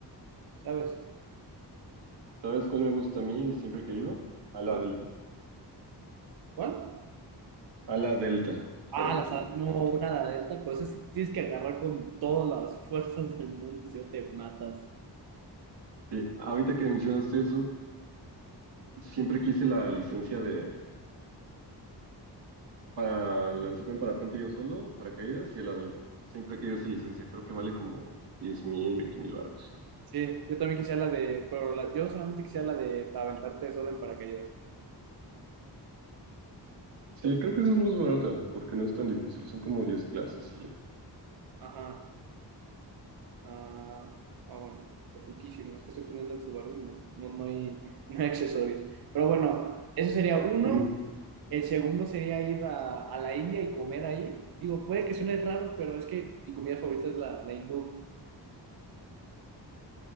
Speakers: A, on the right; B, on the right.
A: ¿sabes?
B: ¿Sabes cuál me gusta a mí y siempre he querido? A la
A: ¿Cuál?
B: Delta.
A: ¿Cuál?
B: A la Delta. Espérame,
A: Ah, la,
B: te
A: sa-
B: mando una
A: no,
B: foto.
A: una la delta, pues es, tienes que agarrar con todas las <laughs> fuerzas del mundo, si no te matas.
B: Sí, ahorita que mencionaste eso, siempre quise la licencia de para lanzarme en parapente yo solo, paracaídas y a la Delta. Siempre he querido esa licencia. Creo que vale como diez mil, veinte mil baros.
A: Sí, yo también quisiera la de, pero la- yo solamente quisiera la de para aventarte solo en paracaídas. Entonces,
B: Sí, creo que esa es más barata, porque no es tan difícil, son como diez clases y ya.
A: ajá. Ah, ah, bueno, riquísimo. Es que estoy tuneando el Subaru y no, no, no hay, no hay accesorios. Pero bueno, eso sería uno.
B: Mm,
A: El segundo sería ir a, a la India y comer ahí. Digo, puede que suene raro, pero es que mi comida favorita es la, la hindú.